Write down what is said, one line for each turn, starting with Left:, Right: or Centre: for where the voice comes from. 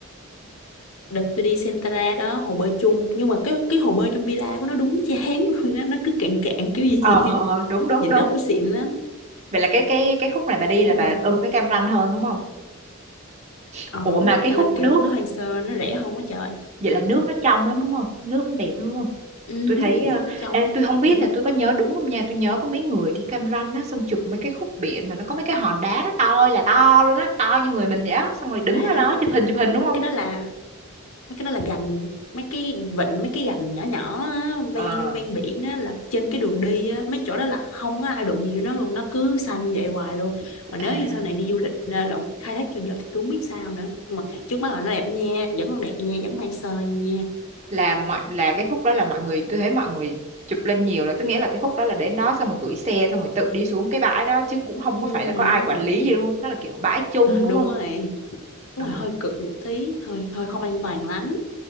Left: đợt tôi đi Sentara đó hồ bơi chung nhưng mà cái cái hồ bơi trong villa của nó đúng chán luôn á nó cứ cạn cạn kiểu gì
Right: ờ ờ
Left: á
Right: ờ, đúng đúng
Left: nhìn
Right: đúng
Left: nó không có xịn lắm
Right: vậy là cái cái cái khúc này bà đi là
Left: ừ.
Right: bà ưng cái cam ranh hơn đúng không
Left: ờ
Right: ủa
Left: đúng
Right: mà
Left: rồi
Right: cái
Left: Cam
Right: khúc
Left: Ranh kiểu
Right: nước
Left: nó hoang sơ nó rẻ hơn quá trời
Right: vậy là nước nó trong lắm đúng không nước nó đẹp lắm đúng không
Left: ừ,
Right: tôi thấy
Left: nước nó
Right: ờ,
Left: trong
Right: ê, tôi không biết
Left: Ừ,
Right: là tôi có nhớ đúng không nha tôi nhớ có mấy người đi Cam Ranh á xong chụp mấy cái khúc biển mà nó có mấy cái hòn đá nó to ơi là to luôn á to như người mình vậy á xong rồi đứng
Left: mà
Right: ra đó chụp hình chụp hình
Left: mấy
Right: đúng không
Left: cái đó là mấy cái đó là gành mấy cái vịnh mấy cái gành nhỏ nhỏ á,
Right: ờ
Left: ven ven biển á, là trên cái đường đi á, mấy chỗ đó là không có ai đụng gì nó luôn nó cứ xanh vậy hoài luôn mà
Right: à,
Left: nếu như sau này đi du lịch à, lộn khai thác du lịch thì tôi không biết sao nữa nhưng mà trước mắt là nó đẹp nha vẫn còn đẹp nha vẫn hoang sơ nha
Right: là mọi là cái khúc đó là mọi người tôi thấy mọi người chụp lên nhiều là tức nghĩa là cái khúc đó là đến đó xong rồi gửi xe xong rồi tự đi xuống cái bãi đó chứ cũng không
Left: ừ,
Right: có phải là có ai
Left: đúng
Right: quản
Left: rồi
Right: lý gì đúng không nó là kiểu bãi chung
Left: Ờ,
Right: đúng
Left: đúng
Right: không
Left: rồi đúng
Right: ờ
Left: rồi hơi cực một tí hơi hơi không an toàn lắm